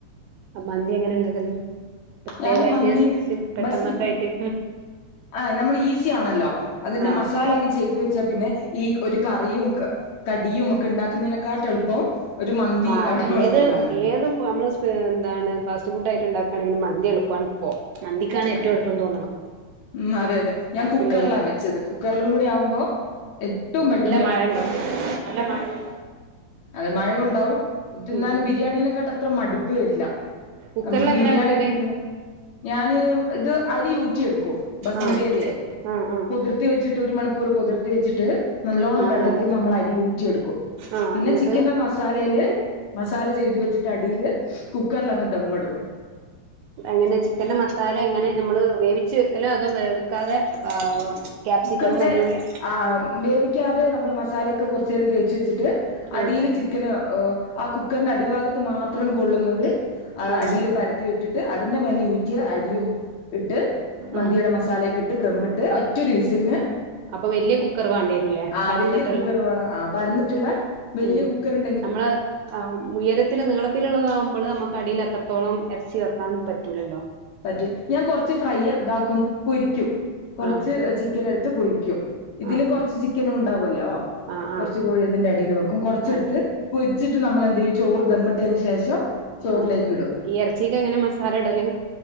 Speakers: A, on the right (about 80°); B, on the left (about 80°).
A: അപ്പൊ മന്തി എങ്ങനെ ഇണ്ടാക്കല്. പ്രത്യേകായിട്ട്
B: ഞാനും മന്തി
A: സി സിം പെട്ടെന്നൊക്കെ
B: ബസ്
A: ആയിട്ട്.
B: ആ നമ്മൾ ഈസി ആണല്ലോ അതിന്റെ
A: ആഹ്
B: മസാല അങ്ങ് ചെയ്തു വെച്ചാ പിന്നെ ഈ ഒരു കറിയും കടിയും ക്കെ ണ്ടാക്കുന്നതിനെക്കാട്ടി എളുപ്പം ഒരു മന്തി
A: മാ
B: അവിടെ വെക്കലാണ്.
A: ഏത് ഏത് നമ്മള് സ് എന്താണ് ഫാസ്റ്റ് ഫുണ്ടായിട്ട് ഉണ്ടാക്കുകണെങ്കിൽ മന്തി എളുപ്പാണ് ഇപ്പൊ. മന്തിക്കാണ് ഏറ്റവും
B: അതെ
A: എളപ്പം തോന്ന്ണത്
B: ഉം അതെ അതെ ഞാൻ
A: ബാക്കിയുള്ള
B: കുക്കറിലാ
A: ഇനൊക്കെ
B: വെച്ചത് കുക്കറിലും കൂടി ആവുമ്പോ ഏറ്റവും പെട്ടെന്ന്,
A: മഴ ഉണ്ടാവും നല്ല മഴയുണ്ടാവും
B: അത് മഴണ്ടാവും തിന്നാൻ
A: ഉം
B: ബിരിയാണീനെക്കാട്ട് അത്ര മടുപ്പ് വരില്ല.
A: കുക്കറിൽ
B: നമുക്ക്
A: എങ്ങനെ
B: ബിരിയാണി
A: വെക്കല്
B: കിട്ടുന്നു ഞാൻ <unintelligible> ഇത് ഊറ്റിയെടുക്കും ബസുമതി
A: ആഹ്
B: അരിയെ
A: ആഹ് ആഹ്
B: പൊതിർത്തി വച്ചിട്ട് ഒരുമണി ക്കൂർ പൊതിർത്തി വെച്ചിട്ട് നല്ലോണ്ണം
A: ആഹ്
B: വെള്ളത്തിൽ
A: ആഹ്
B: നമ്മൾ അരി ഊറ്റിയെടുക്കും.
A: ആഹ്
B: പിന്നെ
A: എന്നിട്ട്
B: ചിക്കന്റെ മസാലയില് മസാല ചെയ്ത് വെച്ചിട്ട് അടിയില് കുക്കറിൽ അങ്ങ് ദമ്മിടും
A: ആ എങ്ങനെ ചിക്കന്റെ മസാല എങ്ങനെ നമ്മള് വേവിച്ച് വെക്കലോ അതോ വേവിക്കാതെ ആഹ് ക്യാപ്സിക്കണും
B: കുക്കറിന്റെ
A: വെല്ലുള്ളി
B: ആ വേവിക്കാതെ നമ്മള് മ ലക്കേ കൊറച്ചെരം തേച്ച് വെച്ചിട്ട് അടീൽ
A: ആഹ്
B: ചിക്കന് ഹ് ആ കുക്കറിന്റെ അടിഭാഗത്ത് മാത്രം കൊള്ളുന്നത്
A: ആഹ്
B: അടിൽ പരത്തി ഇട്ട് അതിന്റെ മേലേ ഈ ഊറ്റിയ അരിയും ഇട്ട് മന്തിയുടെ
A: ആഹ്
B: മസാലക്കെ ഇട്ട് ഗമ്മ് ഇ ഒരൊറ്റ ഒരു വിസിലിന്
A: അപ്പൊ വല്യ കുക്കർ വേണ്ടി വരൂല്ലേ
B: ആ
A: പരന്നിട്ടുള്ള
B: വലിയ കുക്കർ വേണം ആ പരന്ന ട്ടുള്ള വലിയ
A: ഉം
B: കുക്കറിൽ
A: നമ്മള് ഉയരത്തി നീളത്തിലുള്ളതാകുമ്പള് നമക്ക് അടിയിൽ അത്ര ത്തോളം എറച്ചി വെക്കാൻ പറ്റൂലല്ലോ
B: പറ്റി ഞാൻ കൊറച്ച് ഫ്രൈ താക്കും പൊരിക്കും കൊറച്ച്
A: ആഹ്
B: ചിക്കൻ എടുത്ത് പൊരിക്കും ഇതില്
A: ആഹ്
B: കൊറച്ച് ചിക്കനുണ്ടാവല്ലോ
A: ആഹ്
B: കൊ
A: ആഹ്
B: റച്ച് കോഴി അതിന്റെ എടേൽ വെക്കും കൊറച്ചെടുത്ത്
A: അതെ
B: പൊരിക്ക ച്ചിട്ട് നമ്മളെന്തേയ്യും ചോറ് ദമ്മിട്ടതിന് ശേഷം ചോറിലേക്കിടും
A: ആഹ് ഈ എറച്ചിക്ക് എങ്ങനെ മസാല ഇടല്